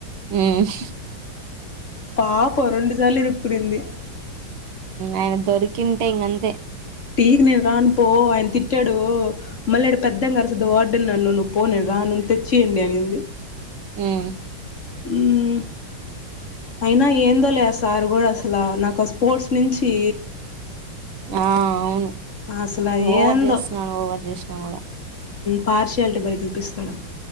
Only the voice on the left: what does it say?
పాప రెండు సార్లు ఇరు కునీంది
టీకి నేను రాను పో ఆయన తిట్టాడు మళ్ళీ ఆడ పెద్దం కరుసద్ వార్డ నన్ను ను్వు పో నను రా నువ్ను తెచ్చియండి అనింది
మ్మ్ అయినా ఏందో లే సారు కూడా అసలు నాకు స్పోర్ట్స్ నుంచి
అసలు
ఏందో
పార్షయాలిటీ బలే చూపిస్తాడుబ్బ